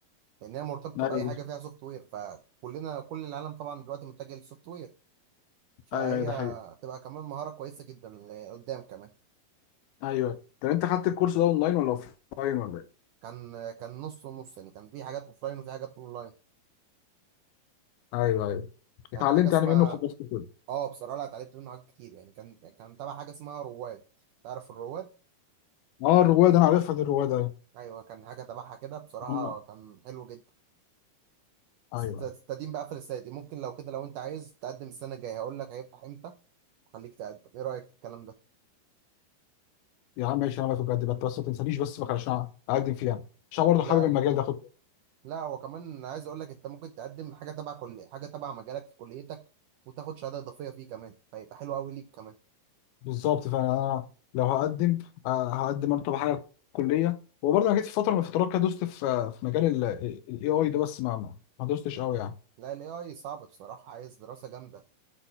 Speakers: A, on the right; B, on the left.
A: لان هي مرتبطه
B: ايوه
A: باي حاجه فيها سوفت وير فكلنا كل العالم طبعا دلوقتي متجه للسوفت وير فهي
B: ايوه أيوة، ده حقيقي
A: تبقى كمان مهاره كويسه جدا لقدام كمان
B: ايوه طب انت خدت الكورس ده اونلاين ولا اوفلاين ولا إيه؟
A: كان كان نص ونص يعني كان في حاجات اوفلاين وفي حاجات اونلاين
B: ايوه ايوه
A: كان
B: اتعلمت
A: حاجه اسمها
B: يعني منه خبرات كتير
A: اه بصراحه لا اتعلمت منه حاجات كتير يعني كان كان تبع حاجه اسمها رواد تعرف الرواد
B: اه الروايه دي انا عارفها دي الروايه دي ايوه
A: ايوه كان حاجه تبعها كده بصراحه
B: ايوه
A: كان حلو جدا
B: أيوة.
A: بس الت- التقديم بقى قفل السنه دي ممكن لو كده لو انت عايز تقدم السنه الجايه هقول لك هيفتح امتى خليك تقدم ايه رايك في الكلام ده
B: يا عم ماشي انا بقى بجد بقى بس ما تنسانيش بس بقى عشان اقدم فيها عشان برضه
A: لا
B: حابب المجال
A: لا
B: ده خد
A: لا، وكمان عايز اقول لك انت ممكن تقدم حاجه تبع كل حاجه تبع مجالك في كليتك وتاخد شهاده اضافيه فيه كمان فيبقى حلو قوي ليك كمان
B: بالظبط فانا أنا لو هقدم آه، هقدم انا طبعا حاجه كليه وبرضه انا جيت في فتره من الفترات كده دوست في آه، في مجال الاي اي ده بس ما ما ما دوستش قوي يعني
A: لا الاي اي صعب بصراحه عايز دراسه جامده